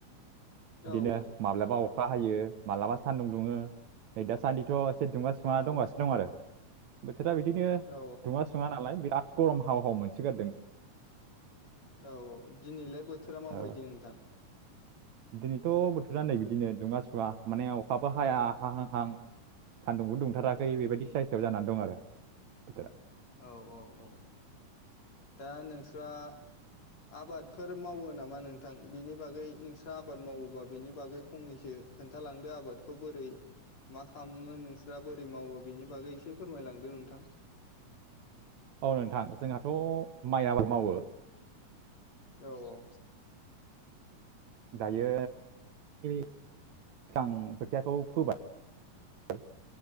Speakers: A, on the right; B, on the left.
A: बिदिनो
B: औ
A: माब्लाबा अ अखा हायो मालाबा सान्दुं दुङो नै दा सान्दिथ' एसे दुङा सुङा
B: औ
A: दंगासिनो दं आरो। बोथोरा बिदिनो
B: औ
A: दुङा सुङा नालाय बिराद गरम हाव हाव मोनसोगारदों।
B: औ औ दिनैलाय बोथोरा माबायदि
A: ओ,
B: नोंथां?
A: दिनैथ' बोथोरा नै बिदिनो दुङा सुङा माने अखाबो हाया हाहां हां सान्दुंबो दुंथाराखै बेबायदि सायसायाव जानानै दं आरो बोथोरा
B: औ औ औ दा नोंस्रा आबादफोर मावो नामा नोंथां? बेनि बागै नोंस्रा आबाद मावोबा बेनि बागै फंनैसो खोन्थालांदो आबादखौ बोरै मा खामो नोंसोरा बोरै मावो बिनि बागै एसे फोरमायलांदो नोंथां।
A: औ नोंथां जोंहाथ' माइ आबाद मावो
B: औ औ
A: दायो <unintelligible> सिगां खोथियाखौ फोबाय <unintelligible>